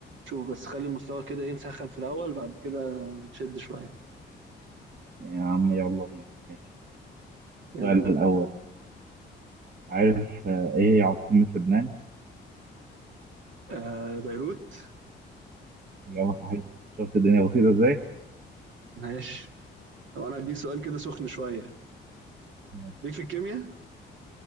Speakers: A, on the right; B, on the right.
A: شوف بس خلي المستوى كده ايه نسخن في الاول بعد كده نشد شويه
B: يا عم يلا بينا ماشي
A: يلا
B: السؤال
A: بينا
B: الاول عارف آه ايه هي عاصمه لبنان
A: آه بيروت
B: اجابه صحيحه شفت الدنيا بسيطه ازاي
A: ماشي طب انا هديك سؤال كده سخن شويه
B: ماشي.
A: ليك في الكيمياء